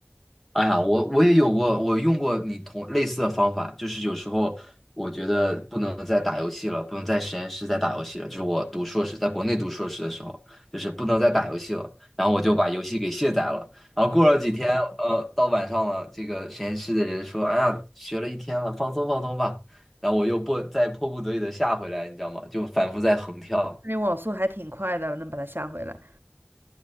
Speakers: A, in the centre; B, on the right (about 60°).
A: 哎呀，我我也有过，我用过你同类似的方法，就是有时候我觉得不能再打游戏了，不能在实验室再打游戏了。就是我读硕士，在国内读硕士的时候，就是不能再打游戏了，然后我就把游戏给卸载了。然后过了几天，呃，到晚上了，这个实验室的人说：“哎呀，学了一天了，放松放松吧。”然后我又迫再迫不得已的下回来，你知道吗？就反复在横跳
B: 那网速还挺快的，能把它下回来。